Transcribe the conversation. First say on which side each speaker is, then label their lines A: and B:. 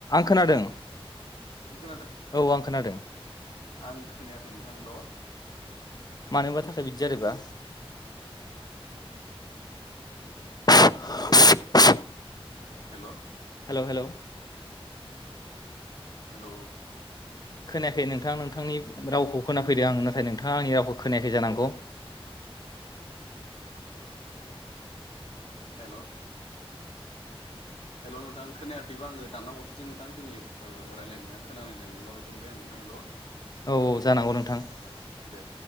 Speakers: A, on the left; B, on the left.
A: खोनादों
B: खोनादों
A: औ आं खोनादों
B: आं खोनायाखै नों नोंथां हेल'
A: मानोबा थाखाय बिदिजादोबा <unintelligible>
B: हेल'
A: हेलौ हेलौ
B: हेल'
A: खोनायाखै नोंथां नोंथांनि रावखौ खोनाफैदों आङो नाथाय नोंथाङा आंनि रावखौ खोनायाखै जानांगौ
B: <unintelligible> हेल' हेल' नोंथां खोनायाखैबा आङो दानना हरफिनसै नोंथां जोंनि ओ रायलायनाया खोनालायनाय नंला बादि मोनबाय आं नोंथां हेल' ओ
A: औ औ जानांगौ नोंथां
B: दे